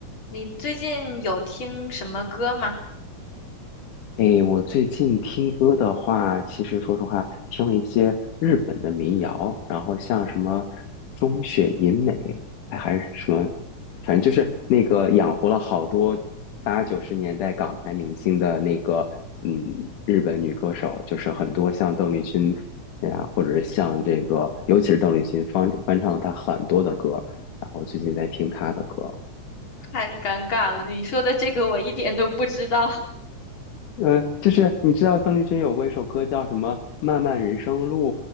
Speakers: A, on the left (about 40°); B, on the left (about 80°).
A: 你最近有听什么歌吗？
B: 诶，我最近听歌的话，其实说实话，听了一些日本的民谣，然后像什么中雪银美，哎还是什么，反正就是那个养活了好多八九十年代港台明星的那个，嗯，日本女歌手，就是很多像邓丽君呀，或者是像这个，尤其是邓丽君翻翻唱了她很多的歌，然后最近在听她的歌。
A: <laughs> 太尴尬了，你说的这个我一点都不知道。<laughs>
B: 呃，就是你知道邓丽君有过一首歌叫什么《漫漫人生路》，